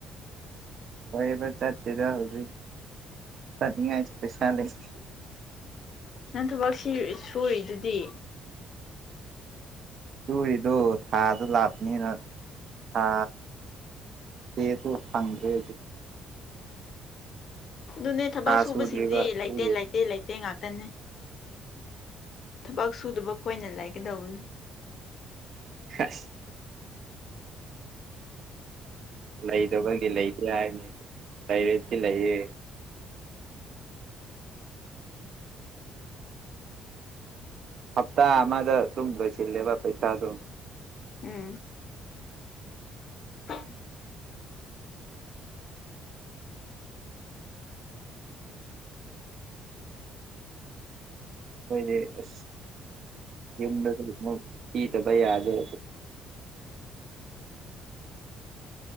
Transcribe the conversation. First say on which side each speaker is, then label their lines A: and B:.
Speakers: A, on the right; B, on the left.
A: ꯍꯣꯏꯕ ꯆꯤꯗ ꯍꯧꯖꯤ ꯆꯅꯤꯡ ꯆ ꯄꯩꯁ ꯂꯩꯦ
B: ꯅꯪ ꯊꯕꯛ ꯁꯨꯔꯤꯗꯨꯗꯤ
A: ꯇꯨꯔꯤꯗꯣ ꯊꯥꯗꯣ ꯂꯥꯞꯄꯅꯤꯅ ꯍ ꯍ ꯐꯪꯗ꯭ꯔꯦ
B: ꯑꯗꯨꯅꯦ ꯊꯕꯛ
A: ꯊꯥ
B: ꯁꯨꯕꯁꯤꯡꯗꯤ
A: ꯁꯨꯗ꯭ꯔꯤꯕ ꯑꯗꯨꯒꯤ
B: ꯂꯩꯇꯦ ꯂꯩꯇꯦ ꯂꯩꯇꯦ ꯉꯥꯛꯇꯅꯤ ꯊꯕꯛ ꯁꯨꯗꯕ ꯈꯣꯏꯅ ꯂꯩꯒꯗꯧꯕꯅꯤ
A: ꯑꯁ ꯂꯩꯗꯕꯒꯤ ꯂꯩꯇꯦ ꯍꯥꯏꯅꯤ ꯇꯥꯏꯔꯦꯤ ꯂꯩꯌꯦ ꯍꯞꯇꯥ ꯑꯃꯗ ꯑꯗꯨꯝ ꯁꯤ ꯂꯩꯕ ꯄꯩꯁꯥ ꯑꯗꯨ
B: ꯎꯝ <unintelligible>
A: ꯍꯣꯏꯗꯤ ꯑ ꯏ ꯅꯂꯤ ꯃ ꯄꯤ ꯇ ꯄꯩꯗꯦ